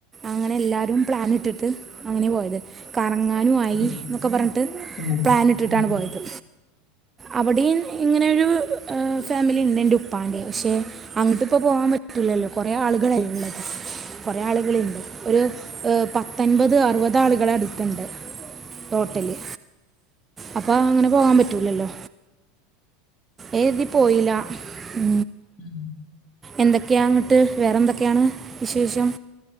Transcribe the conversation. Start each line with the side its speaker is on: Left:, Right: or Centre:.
Right: അങ്ങനെ എല്ലാരും പ്ലാൻ ൻ ഇട്ടിട്ട് അങ്ങനെ പോയത് കറങ്ങാനും ആയി
Left: ഉം
Right: എന്നൊക്കെ പറഞ്ഞിട്ട്
Left: ഉം
Right: പ്ലാൻ ഇട്ടിട്ടാണ്
Left: ഉം
Right: പോയത് അവാടിം ഇങ്ങനോരു ഫാമിലി ഉണ്ട് എൻ്റെ ഉപ്പാൻ്റെ പക്ഷേ അങ്ങോട്ട് ഇപ്പോൾ പോകാൻ പറ്റില്ലല്ലോ കുറേ ആളുകള് ഉള്ളത് കുറ ആളുകളന്ണ്ട് ഒരു പത്തൻപത് അറുപതാളുകളൾ അടുത്തുണ്ട് ടോട്ടലി അപ്പൊ അങ്ങനെ പോകാൻ പറ്റൂലല്ലോ എഴുതി പോയില ഉ
Left: ഉം
Right: എന്തൊക്കെയാങ്ങിട്ട് വേറെന്തെക്കെയാണ് വിശേഷം?